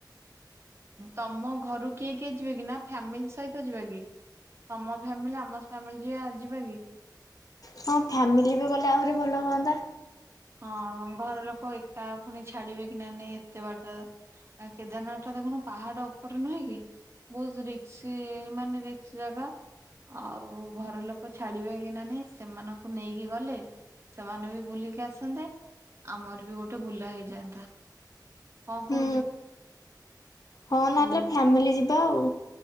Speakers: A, on the right; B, on the left.
A: ତମ ଘରୁ କିଏ କିଏ ଯିବେ କି ନା ଫ୍ୟାମିଲି ସହିତ ଯିବା କି ତମ ଫ୍ୟାମିଲି ଆମ ଫ୍ୟାମିଲି ଯ ଯିବା କି?
B: ହଁ ଫ୍ୟାମିଲି ବି ଗଲେ ଆହୁରି ଭଲ ହୁଅନ୍ତା,
A: ହଁ ଘର ଲୋକ ଏକା ପୁଣି ଛାଡିବେ କି ନା ନାଇଁ ଏତେ ବାଟ କେଦାରନାଥ ଟା ଦଖୁନୁ ପାହାଡ ଉପରେ ନୁହେଁ କି, ବହୁତ ରିକ୍ସ ମାନେ ରିକ୍ସ ଜାଗା ଆଉ ଘର ଲୋକ ଛାଡିବେ କି ନ ନାଇଁ ସେମାନଙ୍କୁ ନେଇକି ଗଲେ ସେମାନେ ବି ବୁଲିକି ଆସ ଆସନ୍ତେ, ଆମର ବି ଗୋଟେ ବୁଲା ହେଇଯାଆନ୍ତା କଣ
B: ହୁଁ
A: କହୁଛୁ?
B: ହଁ
A: ତୁ
B: ନହେଲେ ଫ୍ୟାମିଲି ଯିବ ଯିବା ଆଉ